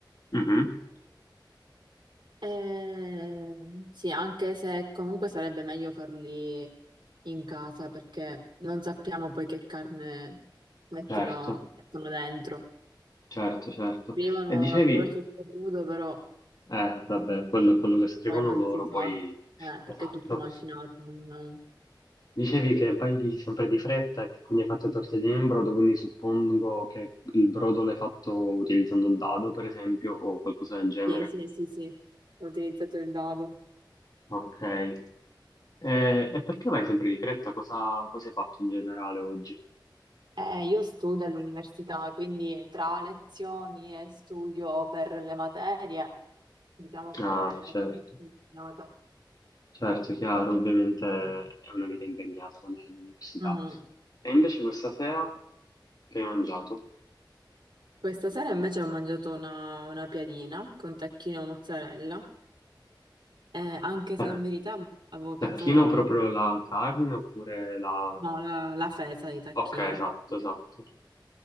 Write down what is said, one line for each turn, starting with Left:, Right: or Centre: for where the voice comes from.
Left: Mhm.
Right: Eh, sì, anche se comunque sarebbe meglio farli in casa perché non sappiamo poi che carne mettino,
Left: Certo,
Right: mettono dentro.
Left: certo, certo.
Right: Arrivano
Left: E dicevi,
Right: prosciutto crudo, però
Left: eh, vabbè, quello è quello che scrivono
Right: poi non
Left: loro,
Right: si sa,
Left: poi,
Right: eh, perché
Left: esatto.
Right: è tutto macinato. non-
Left: Dicevi che vai di- sempre di fretta, che quindi hai fatto tortellini in brodo, quindi suppongo che il brodo l'hai fatto utilizzando il dado, per esempio, o qualcosa del genere.
Right: Sì, sì, sì, sì, ho utilizzato il dado.
Left: Ok. E, e perché vai sempre di fretta? Cosa, cosa hai fatto in generale oggi?
Right: Eh, io studio all'università, quindi tra lezioni e studio per le materie, diciamo che
Left: Ah,
Right: è
Left: certo.
Right: molto impegnata.
Left: Certo, chiaro, ovviamente è una vita impegnata quella dell'università.
Right: Mhm.
Left: E invece questa sera che hai mangiato?
Right: Questa sera invece ho mangiato una, una piadina con tacchino e mozzarella, eh, anche
Left: <laughs>
Right: se
Left: Eh,
Right: in verità avevo pensato,
Left: Tacchino
Right: avevo,
Left: proprio la carne oppure la...
Right: no, la, la fesa di tacchino,
Left: Ok, esatto, esatto.